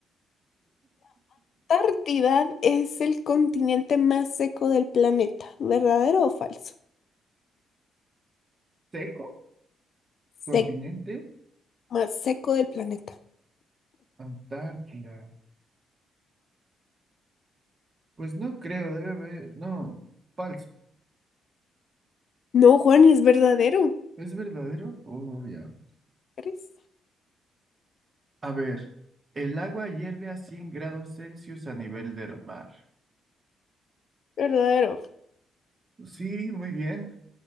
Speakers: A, on the left (about 55°); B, on the right (about 35°).
A: Antártida es el continente más seco del planeta. ¿Verdadero o falso?
B: ¿Seco? ¿Continente?
A: Sec- más seco del planeta.
B: Antártida. Pues no creo, debe haber. No, falso.
A: No, Juan, es verdadero.
B: ¿Es verdadero? Obvio.
A: ¿Crees?
B: A ver, el agua hierve a 100 grados Celsius a nivel del mar.
A: Verdadero.
B: Sí, muy bien.